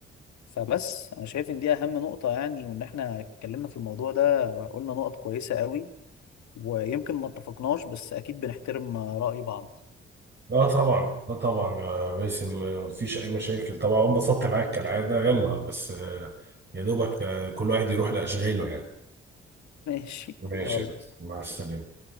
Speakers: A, on the left (about 70°); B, on the right (about 35°).
A: فبس انا شايف ان دي اهم نقطة يعني وان احنا اتكلمنا في الموضوع ده قلنا نقط كويسة قوي ويمكن ما اتفقناش بس اكيد بنحترم رأي بعض
B: لا طبعا لا طبعا يا باسم مفيش اي مشاكل طبعا انبسطت معاك كالعاده يلا بس آه، يا دوبك آه، كل واحد يروح لاشغاله يعني
A: <laughs> ماشي
B: ماشي
A: يلا
B: يا باسم، مع السلامه